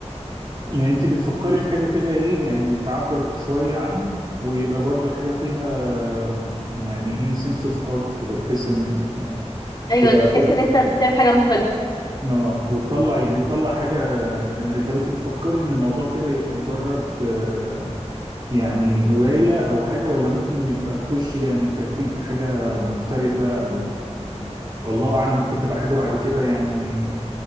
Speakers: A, on the right; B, on the left.
A: يعني انت بتفكري في حاجه كده ايه يعني تعبر شويه عنك ويبقى برضو حاجه فيها آم، يعني ايه سنس اوف ارت كده تحس ان
B: ايوه
A: تبقى
B: تحس
A: تط...
B: ان انت بتعمل حاجة مختلفة
A: اه وتطلع يعني تطلع حاجة جمالية طب انت بتفكري ان الموضوع كده يبقى مجرد آه، يعني هواية او حاجة ولا ممكن يبقى تخش يعني كفي كحاجة محترفة او والله اعلم ممكن تبقى حاجة بعد كده يعني